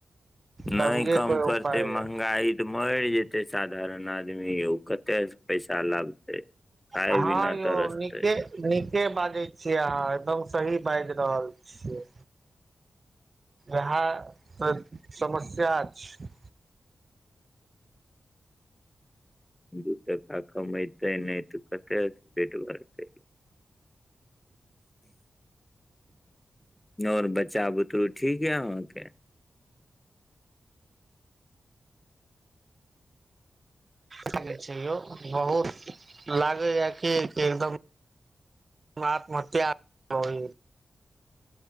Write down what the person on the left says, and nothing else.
ने
कम
करते
महंगाई
ते मैर जेतै सा धारण आदमी यौ। कते से पैसा लाबते खाय
बिना
तरसते
दू टका कमे ते ने ते कता से पेट भरते। और बच्चा बुतरू ठीक या अहाँ के।